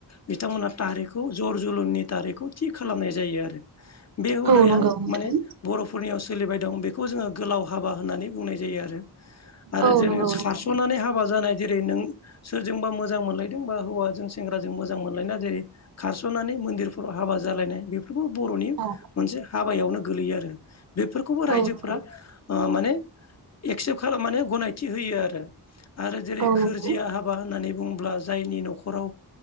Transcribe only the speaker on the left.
बिथांमोनहा थारिखौ जर जोलुरनि दारैखौ थि खालामनाय जायो आरो बे हुदाया
माने बर'फोरनियाव सोलिबाय दं बेखौ जोङो गोलाव हाबा होननानै बुंनाय जायो आरो आरो
जोङो
सारस'नानै
हाबा जानाय जेरै नों सोरजोंबा मोजां मोनलायदोंबा हौवाजों सेंग्राजों मोजां मोनलायना जायो खारस'नानै मन्दिरफोराव हाबा जालायनाय बे बे बर'नि
मोनसे हाबायावनो गोलैयो आरो बेफोरखौबो रायजोफोरा
माने एक्सेप्ट खालाम मनानै गनायथि होयो आरो आरो जेरै
सोरजिया हाब बा होननानै बुंङोब्ला जायनि न'खराव